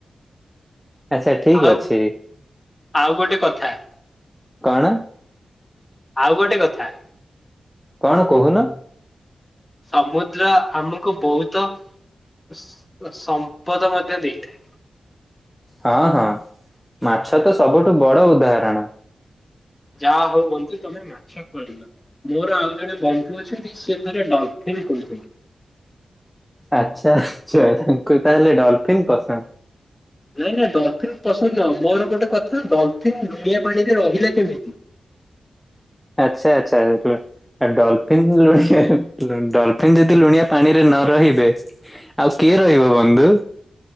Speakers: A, in the centre; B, on the left.
A: ଆଚ୍ଛା ଠିକ
B: ଆଉ
A: ଅଛି
B: ଆଉ ଗୋଟେ କଥା।
A: କଣ?
B: ଆଉ ଗୋଟେ କଥା।
A: କଣ କହୁନ?
B: ସମୁଦ୍ର ଆମକୁ ବହୁତ ସସ ସମ୍ପଦ ମଧ୍ୟ ଦେଇଥାଏ।
A: ହଁ ହଁ, ମାଛ ତ ସବୁଠୁ ବଡ ଉଦାହରଣ।
B: ଯା ହଉ ବନ୍ଧୁ ତମେ ମା ଛ କଇଲ। ମୋର ଆଉ ଜଣେ ବନ୍ଧୁ ଅଛନ୍ତି ସେ ଥରେ ଡ଼ଲଫିନ <unintelligible>
A: ଆଛା ଆଛୁ ଆ ତାଙ୍କୁ ତାହେଲେ ଡଲଫିନ୍ ପସନ୍ଦ?
B: ନାଇଁ ନା ଡଲଫିନ ପସନ୍ଦ ନୁହଁ, ମୋର ଗୋଟେ କଥା ଡଲଫିିନ ଲୁଣିଆ ପାଣିରେ ରହିଲା କେମିତି?
A: ଆଚ୍ଛା ଆଚ୍ଛା। ଆ ଡଲଫିନ୍ ଲ ଡଲଫିିନ ଯଦି ଲୁଣିଆ ପାଣିରେ ନ ରହିବେ ଆଉ କିଏ ରହିବ ବନ୍ଧୁ।